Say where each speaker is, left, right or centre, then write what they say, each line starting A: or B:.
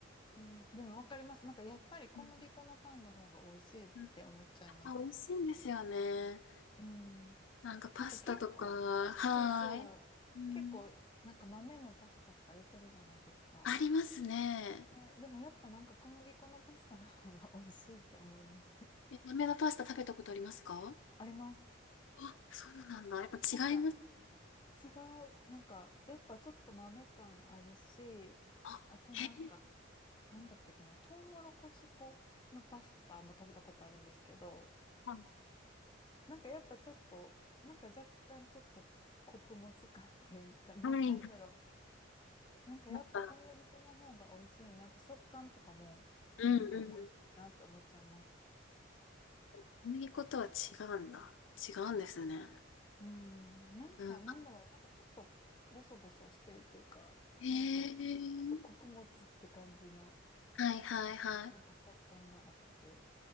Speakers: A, on the left (about 25°); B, on the left (about 75°).
A: うん。でもわかります。なんかやっぱり小麦粉のパンの方が美味しいって思っちゃいます。
B: うんうんあ、美味しいんですよね。
A: うん
B: なんかパスタとか、
A: なんか結構、
B: はーい。
A: そうそう、
B: うん
A: 結構なんか豆のパスタとか出てるじゃないですか。
B: ありますね。
A: ね、でもやっぱなんか小麦粉のパスタの方が美味しいって思います。<laughs>
B: え、豆のパスタ食べたことありますか
A: あります。
B: あ、そうなんだ。やっぱ違います。
A: なんか違う、なんかやっぱちょっと豆感あるし、
B: あ、
A: あとなんか、
B: へえ。
A: なんだったっけな、トウモロコシ粉のパスタも食べたことあるんですけど、
B: はい。
A: なんかやっぱちょっと、なんか若干ちょっと穀物感っていうか、な、
B: はい
A: なんだろう。なんかやっぱ小麦粉の方が美味しいなって、
B: やっぱ、
A: 食感とかもなんか美味しいなって思っちゃいます。
B: うんうん小麦粉とは違うんだ。違うんですね。
A: うん、なんかなんだろう、
B: うん。
A: なんかちょっとボソボソしてるっていうか、
B: へ
A: なんかちょっと穀物って感じの
B: え。はいはいはい。
A: なんか食感があって、